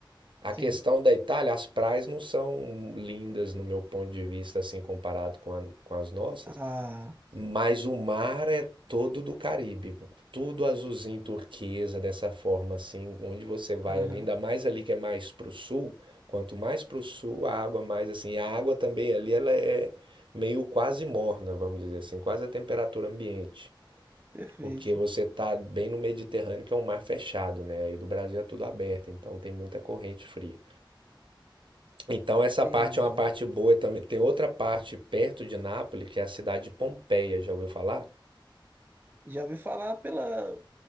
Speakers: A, on the right (about 70°); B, on the right (about 25°).
A: A
B: Sim.
A: questão da Itália, as praias não são lindas no meu ponto de vista, assim, comparado com, a- com as nossas,
B: Ah,
A: mas o mar é todo do Caribe, tudo azulzinho turquesa, dessa forma, assim, onde você vai
B: aham.
A: ali, ainda mais ali que é mais pro sul, quanto mais pro sul, a água mais assim, e a água também ali, ela é meio quase morna, vamos dizer assim, quase a temperatura ambiente.
B: Perfeito.
A: Porque você tá bem no Mediterrâneo, que é um mar fechado, né? Aí do Brasil é tudo aberto, então tem muita corrente fria. Então essa
B: Entendi.
A: parte é uma parte boa também. Tem outra parte perto de Nápoles, que é a cidade de Pompeia, já ouviu falar?
B: Já ouvi falar pela,